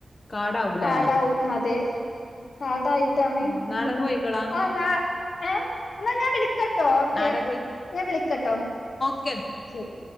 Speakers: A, on the left; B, on the left.
A: കാടാവൂലേ
B: കാടാവും അതെ കാടായിട്ടാണ്
A: ആഹ്
B: <unintelligible>
A: നാടൻ കോയിക്കളാ
B: ആ ന്നാ ഏ ഇന്നാ ഞാൻ വിളി ക്കട്ടോ ഓക്കെ
A: നാടൻ കോയി
B: ഞാൻ വിളിക്കട്ടോ?
A: <inaudible>
B: ശരി